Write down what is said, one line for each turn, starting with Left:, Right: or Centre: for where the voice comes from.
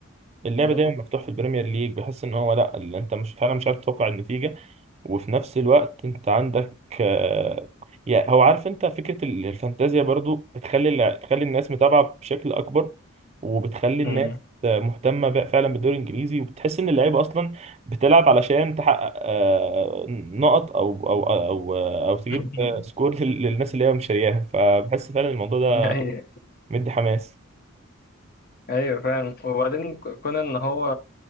Right: اللعب
Left: مم.
Right: دايما مفتوح في البريمير ليج بحس ان هو لا اللي انت مش فعلا مش عارف تتوقع النتيجه وفي نفس الوقت انت عندك آه، يعني هو عارف انت فكرة ال- الفانتازيا برضو بتخلي الع- بتخلي الناس متابعة بشكل اكبر وبتخلي الناس
Left: مم.
Right: آه، مهتمة بقى فعلا بالدوري الانجليزي وبتحس ان اللعيبة اصلا بتلعب علشان تحقق آه، نقط او او او او تجيب
Left: <laughs>
Right: آه، سكور لل- للناس اللي هي مشارياهم فبحس فعلا الموضوع ده
Left: <laughs> أيوه
Right: مدي حماس
Left: ايوه فاهم وبعدين ك- كون ان هو